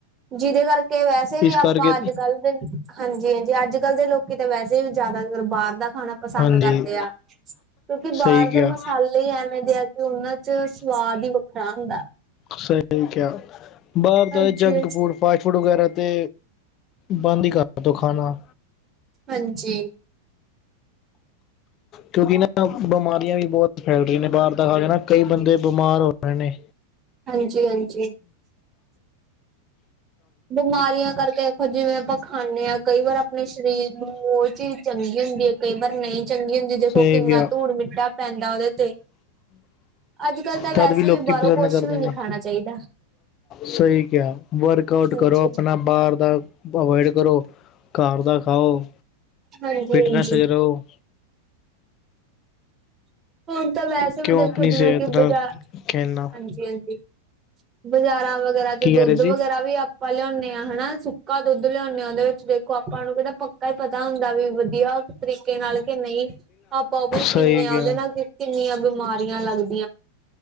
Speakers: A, on the right; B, on the left.
A: ਜਿਹਦੇ ਕਰਕੇ ਵੈਸੇ ਵੀ
B: ਇਸ ਕਰਕੇ
A: ਆਪਾਂ ਅੱਜ-ਕੱਲ੍ਹ ਦੇ। ਹਾਂਜੀ-ਹਾਂਜੀ। ਅੱਜ-ਕੱਲ੍ਹ ਦੇ ਲੋਕੀ ਤਾਂ ਵੈਸੇ ਵੀ ਜ਼ਿਆਦਾ ਬਾਹਰ ਦਾ ਖਾਣਾ ਪਸੰਦ
B: ਹਾਂਜੀ
A: ਕਰਦੇ ਆ। ਕਿਉਕਿ
B: ਸਹੀ
A: ਬਾਹਰ
B: ਕਿਹਾ
A: ਦੇ ਮਸਾਲੇ ਐਵੇ ਦੇ ਆ ਤੇ ਉਹਨਾਂ ਚ ਸਵਾਦ ਈ ਵੱਖਰਾ ਹੁੰਦਾ।
B: ਸਹੀ ਕਿਹਾ। ਬਾਹਰ
A: ਹਾਂਜੀ
B: ਦਾ ਏ ਜੰਕ ਫੂਡ ਫਾਸਟ ਫੂਡ ਵਗੈਰਾ ਤੇ ਬੰਦ ਹੀ ਕਰ ਦਿਉ ਖਾਣਾ।
A: ਹਾਂਜੀ।
B: ਕਿਉਕਿ ਨਾ ਬਿਮਾਰੀਆਂ ਵੀ ਬਹੁਤ ਫੈਲ ਰਹੀਆਂ ਨੇ ਬਾਹਰ ਦਾ ਖਾ ਕੇ ਨਾ ਕਈ ਬੰਦੇ ਬਿਮਾਰ ਹੋ ਰਹੇ ਨੇ।
A: ਹਾਂਜੀ ਹਾਂਜੀ ਬਿਮਾਰੀਆਂ ਕਰਕੇ ਦੇਖੋਂ ਜਿਵੇਂ ਆਪਾਂ ਖਾਣੇ ਹਾਂ। ਕਈ ਵਾਰ ਆਪਣੇ ਸਰੀਰ ਨੂੰ ਉਹ ਚੀਜ਼ ਚੰਗੀ ਹੁੰਦੀ ਆ ਕਈ ਵਾਰ ਨਹੀਂ ਚੰਗੀ ਨੀ ਦੇਖੋ
B: ਸਹੀ
A: ਕਿੰਨਾ
B: ਕਿਹਾ
A: ਧੂਣ ਮਿੱਟਾ ਪੈਂਦਾ ਉਹਦੇ ਤੇ। ਅੱਜ-ਕੱਲ੍ਹ ਤਾਂ ਵੈਸੇ
B: ਤਦ ਲੋਕੀ
A: ਵੀ ਬਾਹਰੋਂ
B: ਪਸੰਦ
A: ਕੁਛ
B: ਕਰਦੇ
A: ਵੀ
B: ਨੇ
A: ਨੀ ਖਾਣਾ ਚਾਹੀਦਾ।
B: ਸਹੀ ਕਿਹਾ ਵਰਕ ਆਊਟ
A: ਹਾਂਜੀ
B: ਕਰੋ ਆਪਣਾ। ਬਾਹਰ ਦਾ ਅਵੋਇਡ ਕਰੋ ਘਰ ਦਾ ਖਾਓ।
A: ਹਾਂਜੀ-ਹਾਂਜੀ।
B: ਫਿਟਨੈਸ ਚ ਰਹੋ
A: ਹੁਣ ਤਾਂ ਵੈਸੇ ਵੀ
B: ਕਿਉਂ
A: ਦੇਖੋ
B: ਆਪਣੀ ਸਿਹਤ
A: ਜਿਵੇਂ ਕਿ ਬਾਜ਼ਾਰ
B: ਨਾਲ ਖੇਲਣਾ
A: ਹਾਂਜੀ-ਹਾਂਜੀ। ਬਾਜ਼ਾਰਾਂ ਵਗੈਰਾ ਚ
B: ਕੀ ਕਹਿ
A: ਦੁੱਧ
B: ਰਹੇ ਸੀ
A: ਵਗੈਰਾ ਵੀ ਆ- ਪਾਂ ਲਿਆਣੇ ਹਾਂ ਹਨਾ। ਸੁੱਕਾ ਦੁੱਧ ਲਿਆਣੇ ਹਾਂ ਉਹਦੇ ਵਿੱਚ ਦੇਖੋ ਆਪਾਂ ਨੂੰ ਕਿਹੜਾ ਪੱਕਾ। ਕਾ ਪਤਾ ਹੁੰਦਾ ਵੀ ਵਧੀਆਂ ਤਰੀਕੇ ਨਾਲ਼ ਕਿ ਨਹੀਂ ਆਪਾਂ ਉਹ ਵੀ ਪੀ
B: ਸਹੀ
A: ਨੇ ਆ
B: ਕਿਹਾ
A: ਉਹਦੇ ਨਾਲ਼ ਫਿਰ ਕਿੰਨੀਆਂ ਬਿਮਾਰੀਆਂ ਲੱਗਦੀਆਂ